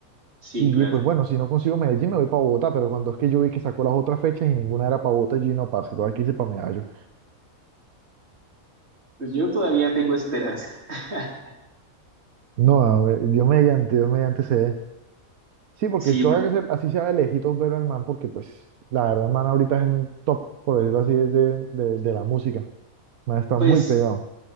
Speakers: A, on the right (about 50°); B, on the right (about 85°).
A: sí,
B: y yo
A: claro.
B: dije, pues bueno, si no consigo Medellín me voy para Bogotá, pero cuando es que yo vi que sacó las otras fechas y ninguna era para Bogotá, yo dije, no, parce, todo aquí hice para Medallo.
A: Pues yo todavía tengo esperanza. <laughs>
B: No, a ver, Dios mediante, Dios mediante se dé. Sí, porque
A: Sí,
B: todo
A: porque,
B: hay que ser, así sea de lejitos ver al man, porque pues la verdad el man ahorita es el top, por decirlo así, de, de de la música. Me ha estado
A: pues,
B: muy pegado.